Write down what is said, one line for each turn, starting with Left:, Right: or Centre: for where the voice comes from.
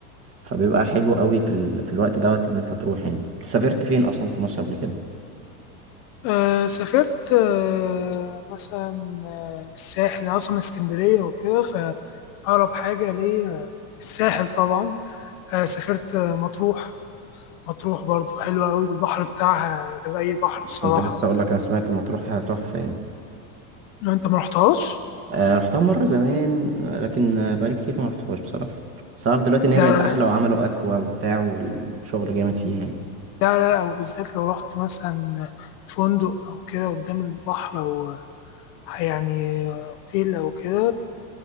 Right: فبيبقى حلو أوي في ال... في الوقت دوت اللي أنت تروح يعني سافرت فين أصلا في مصر قبل كده؟
Left: أه سافرت أه مثلا آه، الساحل أنا أصلا من اسكندرية وكده فأقرب حاجة ليا الساحل طبعا أه سافرت آه، مطروح مطروح برضو حلوة أوي البحر بتاعها غير أي بحر بصراحة
Right: كنت لسه أقولك أنا سمعت مطروح تحفة يعني
Left: لو أنت مرحتهاش
Right: آه، رحتها مرة زمان آه، لكن آه، بقالي كتير ما رحتهاش بصراحة بس أعرف دلوقتي إن هي
Left: لا
Right: بقت أحلى وعملوا أكوا وبتاع والشغل جامد فيها يعني
Left: لا، أو بالذات لو رحت مثلا فندق أو كده قدام البحر أو يعني اوتيل او كده